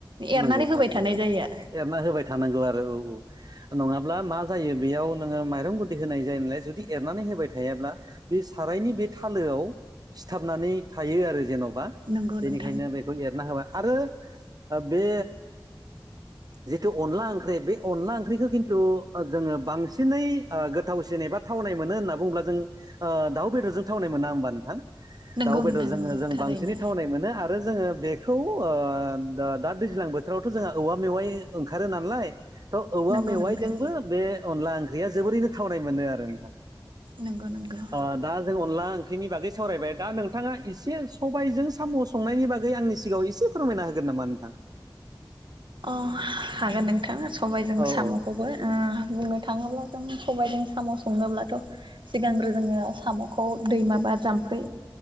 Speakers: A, on the right (about 70°); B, on the right (about 50°).
A: एरनानै
B: नंगौ
A: होबाय
B: थारैनो
A: थानाय जायो आरो।
B: एरना होबाय थानांगौ आरो औ नङाब्ला मा जायो बेयाव माइरं गुनदै होनाय जायो नालाय जुदि एरनानै होबाय थायाब्ला बे सारायनि बे थालोआव सिथाबनानै थायो आरो जेन'
A: नंगौ नंगौ
B: बेखायनो बेखौ एरना होबाय आरो बे जिथु अनला ओंख्रि बे अनला ओंख्रिखो खिन्थु जोंङो बांसिनै गोथावसिन जेनेबा थावनाय मोनो होनना बुंङोब्ला जों दाउ बेदरजों थावनाय मोना होमबा नोंथां
A: नंगौ
B: दाउ बेदर
A: नोंथां
B: जोंङो
A: नंगौ
B: जों
A: थारैनो
B: बांसिनै थावनाय मोनो जोंङो बेखौ ओ दा दैज्लां बोथोरावथ' जोंहा औवा मेवाइ ओंखारो नालाय थ' औवा
A: नंगौ
B: मेवाइजोंबो
A: नोंथां
B: बे अनला ओंख्रिया जोबोरैनो थावनाय मोनो आरो नोंथां
A: नंगौ नंगौ
B: ओ दा जों अनला ओंख्रिनि बागै सावरायबाय दा नोंथाङा एसे सबायजों साम' संनायनि बागै आंनि सिगाङाव एसे फोरमायना होगोन नामा नोंथां।
A: अ हागोन नोंथां सबायजों
B: औ
A: साम'खौबो
B: औ
A: बुंनो थाङोब्ला जों सबायजों साम' संनोब्लाथ' सिगांग्रो जोङो साम'खौ दैमाबा जामफ फै